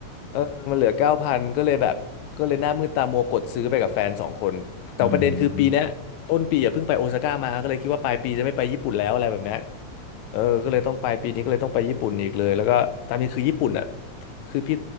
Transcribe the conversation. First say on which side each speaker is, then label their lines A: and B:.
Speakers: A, on the left (about 75°); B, on the left (about 50°).
A: เออมันเหลือเก้าพันก็เลยแบบก็เลยหน้ามืดตามัวกดซื้อไปกับแฟนสองคนแต่ประเด็นคือปีเนี้ยต้นปีอ่ะเพิ่งไปโอซาก้ามาก็เลยคิดว่าปลายปีจะไม่ไปญี่ปุ่นแล้วอะไรแบบเนี้ย
B: อืม
A: เออก็เลยต้องไปปีนี้ก็เลยต้องไปญี่ปุ่นอีกเลยแล้วก็ตามนี้คือญี่ปุ่นอ่ะคือพี่